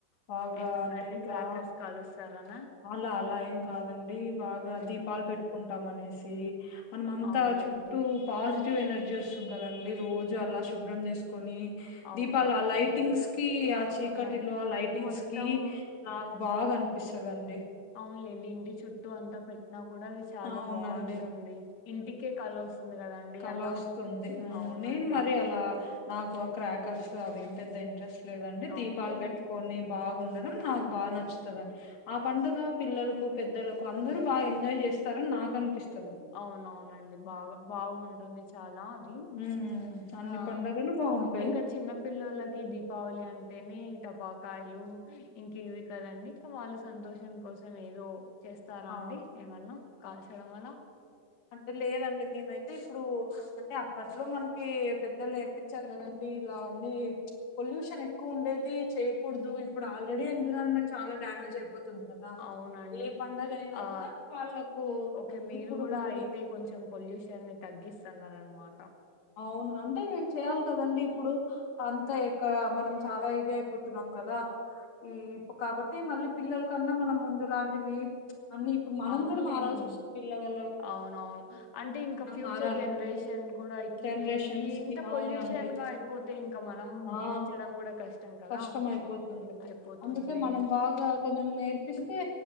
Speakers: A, on the left (about 50°); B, on the left (about 75°).
A: బాగా
B: ఎందుకండి
A: అంటే ఇట్లా
B: క్రాకర్స్ కాలుస్తారనా
A: అలా అలా ఏం కాదండి బాగా దీపాలు పెట్టుకుంటాం అనేసి మనం అంతా
B: అవునులేండి
A: చుట్టూ పాజిటివ్ ఎనర్జీ వస్తుంది కదండి రోజు అలా శుభ్రం చేసుకొని
B: అవునవునండి
A: దీపాలు ఆ లైటింగ్స్ కి ఆ చీకటిలో
B: లై
A: ఆ లైటింగ్స్
B: మొత్తం
A: కి నాకు బాగా అనిపిస్తుంది కదండి
B: అవున్లేండి ఇంటి చుట్టూ అంతా పెట్టినా కూడా అది చాలా
A: అవునండి
B: బాగుంటుంది ఇంటికే కల వస్తుంది కదండి
A: కలా
B: అలా
A: వస్తుంది
B: అవునండి
A: నేను మరి అలా నాకు క్రాకర్స్ అవేం పెద్ద ఇంట్రెస్ట్ లేదండి
B: అవునులేండి
A: దీపాలు పెట్టుకొని బాగు నాకు బాగా నచ్చుదని ఆ పండుగ పిల్లలకు పెద్ద అందరు బాగా ఎంజాయ్ చేస్తారని నాకు అనిపిస్తుంది
B: అవునవునండి బాగా బాగుంటుంది చాలా అది
A: ఉమ్ అన్ని
B: ఆ
A: పండగలు బాగుంటాయి
B: ఇంగా చిన్న పిల్లులకి దీపావళి అంటే ఎన్ని టపాకాయలు ఇంకేవి కదండి ఇంకా వాళ్ళ సంతోషం కోసం ఏదో చేస్తారా
A: ఆ
B: అండి ఏమన్నా కాల్చడం అలా
A: అంటే లేదండి మేమైతే ఇప్పుడు అంటే అప్పట్లో మనకి పెద్దలు నేర్పించారు కదండి మీర్ లావన్నీ పొల్యూషన్ ఎక్కువ ఉండేది చేయకూడదు ఇప్పుడు ఆల్రెడీ ఎన్విరాన్మెంట్ చాలా డ్యామేజ్ అయిపోంది పోతుంది కదా
B: అవునండి
A: ఏ పండుగ అయినా
B: ఆ
A: గూడా వాళ్ళలకు
B: ఓకే మీరు
A: ఇప్పుడు
B: కూడా
A: మళ్ళీ
B: అయితే కొంచెం పొల్యూషన్ తగ్గిస్త అన్నమాట
A: అవును అంటేం చేయాలి కదండి ఇప్పుడు అంతా ఇక్కడ మనం చాలా ఇది అయిపోతున్నాం కదా ఈ కాబట్టి మళ్ళీ పిల్లల కన్నా మనం ముందు లాంటివి అన్ని ఇప్పుడు మనం
B: అవునులేండి
A: కూడా మారాల్సి వస్తుంది పిల్లల వల్ల
B: అవునవును అంటే ఇంకా ఫ్యూచర్
A: మారాలి
B: జనరేషన్ గూడా ఇప్పుడా ఇట్లనే
A: జనరేషన్స్
B: ఈ ఇంత
A: కి అవునండి
B: పొల్యూషన్ గా అయిపోతే ఇంకా మనం
A: ఆ
B: జీవించడం గూడా కష్టం కదా
A: కష్టం అయిపోతుంది
B: అయిపోతుంది
A: అందుకే మనం బాగా కొంచెం నేర్పిస్తే